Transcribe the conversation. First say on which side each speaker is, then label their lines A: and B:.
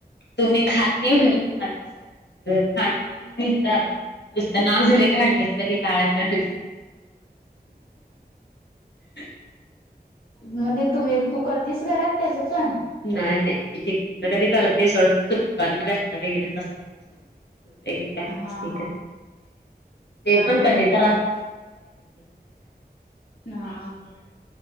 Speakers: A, on the left (about 90°); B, on the left (about 60°).
A: तुम्ही खात नाही म्हणून तुम्हाला त वा खाणाऱ्यांना विचार नुसतं नाव जरी काढलीस तरी लाला <unintelligible> <inaudible>
B: मग ते तुम्ही तू करतेस घरात त्याच. पण
A: नाहीय नाही चिकनच कधी करत सूप <unintelligible> वगैरेच असते आमच्या वगैरे काही
B: हा
A: नसते
B: हा
A: ते
B: हा
A: पण
B: हा
A: कधी तर असते ते पण का सारखं.
B: हा ह